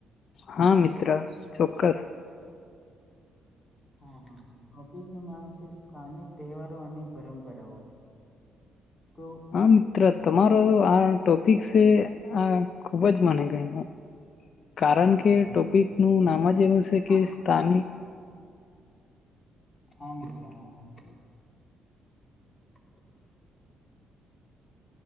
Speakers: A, on the left; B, on the left.
A: હા મિત્ર. ચોક્કસ
B: હા હ ટોપિકનું નામ છે સ્થાનિક તહેવારો અને પરંપરાઓ. તો
A: હા મિત્ર તમારો આ ટોપિક સે હા ખુબજ મને ગમ્યું. કારણ
B: હા
A: કે
B: હા
A: ટોપિક
B: હા મિત્ર
A: નુ
B: કારણ
A: નામ
B: કે
A: જ એવું છે કે
B: આ-
A: સ્થાનિક
B: હમ્મ. રાહ હ <inaudible>